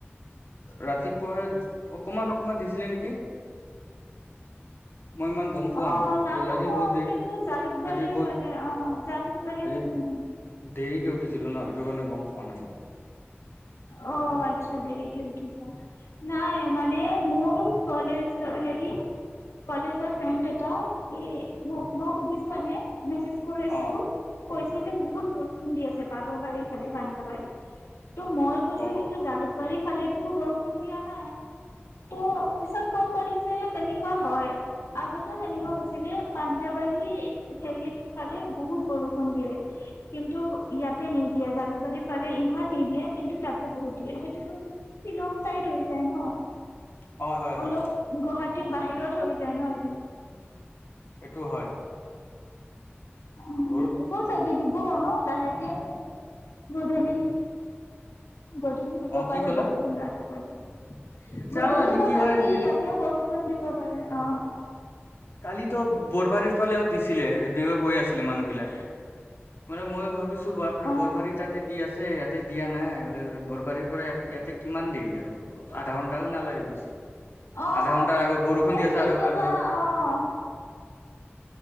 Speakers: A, on the left (about 65°); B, on the left (about 85°).
A: ৰাতিপুৱা অকমান অকমান দিছিলে নেকি মই ইমান গম পোৱা
B: অ
A: নাই
B: নাজানো
A: আজি বহুত দেৰি
B: কিন্তু জালুকবাৰীৰ
A: আজি বহুত
B: ফালে অ জালুকবাৰীৰ
A: আজি
B: ফালে নাই
A: দেৰিকে উঠিছিলো ন সেইটো কাৰণে গম পোৱা নাই মই
B: অ আচ্ছা দেৰিকে উঠিলা নাই মান মানে মোৰ কলেজ হেৰি কলেজৰ ফ্ৰেণ্ড এটা মই সুধিছো এনে মেছেজ কৰি
A: অ
B: আছিলোঁ কৈছে যে বহুত বৰষুণ দি আছে বাগলবাৰীফালে বানঞ্জাবাৰী মই গৈছো
A: অ
B: কিন্তু জালুক জালুকবাৰীফালে বৰষুণ দিয়া নাই ত' পিছত গম পালো যে তেনেক কোৱা হয় আগতে তেনেকুৱা হৈছিলে পাঞ্জাবাৰী হেৰিত ফালে বহুত বৰষুণ দিয়ে কিন্তু ইয়াতে নিদিয়ে জালুকবাৰীৰ ফালে ইমান নিদিয়ে কিন্তু তাতে বহুত দিয়ে সেইটোতো শ্বিলং চাইড হৈ যায় ন
A: হয় হয়
B: অলপ
A: হয়
B: গুৱাহাটী এ বাহিৰত হৈ যায় ন সেইটো
A: এইটো হয়
B: উম
A: বহুত
B: হব চাগে দিব মই লাহেকে উঠো গধূলি গধূলি দিব
A: অ কি
B: পাৰে
A: ক'লা
B: বৰষুণ ৰাতিপোৱালে
A: যাও
B: গধূলি
A: আজি
B: বা
A: কি
B: ৰাতি
A: হয় আজি
B: ইয়াতেও বৰু দিব পাৰে অ
A: কালিতো বৰবাৰীৰ ফালেও দিছিলে এনেকে কৈ আছিলে মানুহ বিলাকে মানে মই ভাব বিছো বাপৰে
B: অ
A: বৰবাৰী তাতে দি আছে ইয়াত দিয়া নাই ম বৰবাৰীৰ পৰা ইয়াতে কিমান দিন আৰু আধা ঘণ্টাও নালাগে বেছি
B: আহ
A: আধা ঘন্টাৰ আগত বৰষুণ
B: হৰে
A: দি আছে
B: কেতিয়াবা
A: আৰু আৰু
B: আহ